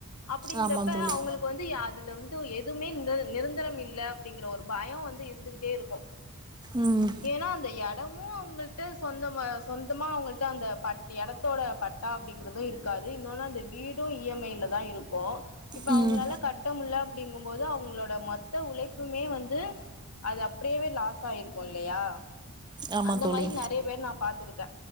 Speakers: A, on the left; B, on the right.
A: அப்புடிங்குறப்ப
B: ஆமா தோழி
A: அவுங்குளுக்கு வந்து அதுல வந்து து எதுமே இந்து நிறந் ந்தரம் இல்ல அப்டிங்குற ஒரு பயோ வந்து இருந்துகிட்டே இருக்கு
B: ம்
A: ஏனா அந்த எடமு அவுங் உங்குள்ட்ட சொந்தம சொந்துமா அவுங்கள்ட்ட அந்த பட் எடத்தோட பட்டா அப்டிங்குறது இருக்காது இன்னோனு அந்த வீடூ இ எம்ஐல தா இருக்கோ இப்ப
B: ம்
A: அவுங்ளால கட்டமுல்ல ப்டிங்குமோது அவுங்ளோட மொத் த்த உழைப்புமே வந்து அது அப்டியவே லாஸ் ஆயிர்க்கு இல்லயா
B: ஆமா
A: அந்த
B: தோழி
A: மாரி நறைய பேர் நா பாத்துருக்க